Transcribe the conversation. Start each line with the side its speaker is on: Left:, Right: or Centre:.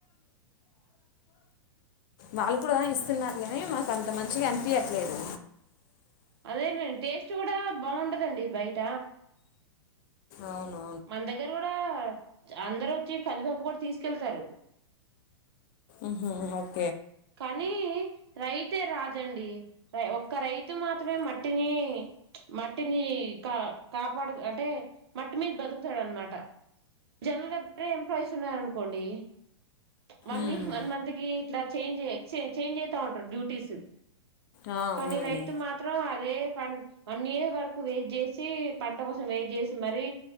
Left: వాళ్ళు కూడా ఇస్తున్నారు కానీ మాకు అంత మంచిగా అనిపియట్లేదు
Right: అదేనండి టేస్ట్ కూడా బాగుంటదండి బయట
Left: అవును
Right: మన దగ్గర కూడా అందరు వచ్చి కందిపపు కూడా తీసుకెళ్తారు
Left: ఊహు అగ్
Right: కానీ రైతే రాజండి సరే ఒక్క రైతు మాత్రమే మట్టిని మట్టిని కా కాపాడు అంటే మట్టి మీద బతుకుతాడు అనమాట జనరల్ గా వేరే ఎంప్లాయీస్ ఉన్నారనుకోండి వాని
Left: ఉమ్,
Right: వన్ మంత్ కి ఇట్లా చేంజె చేంజ్ జేతా ఉంటరు డ్యూటీస్
Left: ఆ, అవునండి
Right: కానీ రైతు మాత్రం అదే వన్ ఇయర్ వరకు వెయిట్ జేసి, పంట కోసం వెయిట్ చేసి మరి.